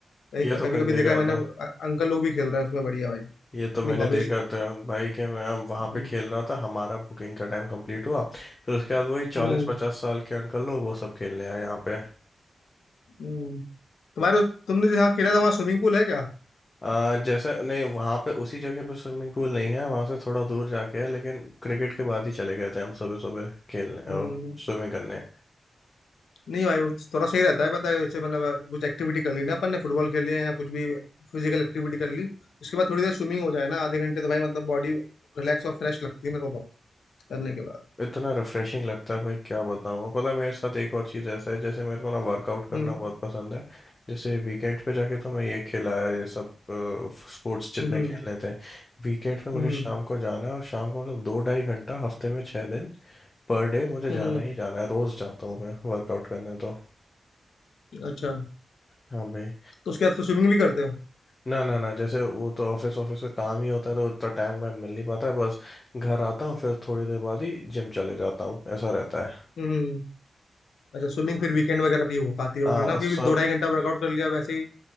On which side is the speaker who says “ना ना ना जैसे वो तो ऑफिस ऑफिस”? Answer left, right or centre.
Left